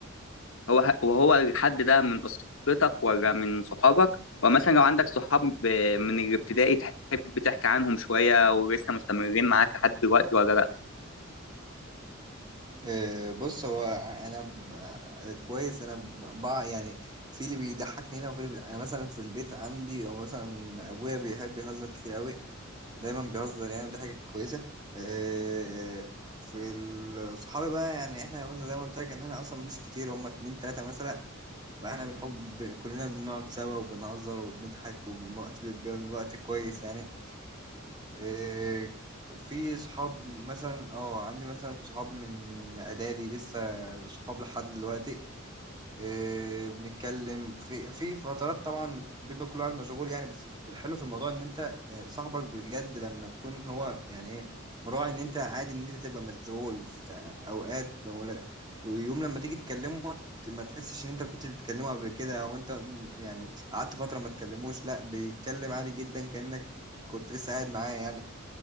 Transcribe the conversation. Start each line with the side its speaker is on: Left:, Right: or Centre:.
Left: هو ه- وهو الحد ده من أسرتك ولا من صحابك ومثلا لو عندك صحاب ب- من الابتدائي تحب تحكي عنهم شوية ولسه مستمرين معاك لحد دلوقتي ولا لأ
Right: آه، بص هو انا ب- آه، كويس انا بقى يعني في اللي بيضحكني هنا وفي اللي بيضحك. انا مثلا في البيت عندي او مثلا ابويا بيحب يهزر كتير قوي دايما بيهزر يعني دي حاجه كويسه آه، في ال- صحابي بقى يعني احنا مثلا زي ما قلت لك ان احنا اصلا مش كتير هم اتنين تلاته مثلا فاحنا بنحب كلنا بنقعد سوا وبنهزر وبنضحك ووقت بيبقى الوقت كويس يعني إيه، في صحاب مثلا اه عندي مثلا صحاب من من اعدادي لسه صحاب لحد دلوقتي إيه، بنتكلم في في فترات طبعا بيبقى كل واحد مشغول يعني بس الحلو في الموضوع ان انت آه، صاحبك بجد لما تكون هو يعني ايه مراعي ان انت عادي ان انت تبقى مشغول في اوقات لو لا- ويوم لما تيجي تكلمه ما تحسش ان انت كنتش بتكلمه قبل كده او انت يعني قعدت فترة ما تكلموش لا بيتكلم عادي جدا كأنك كنت لسه قاعد معاه يعني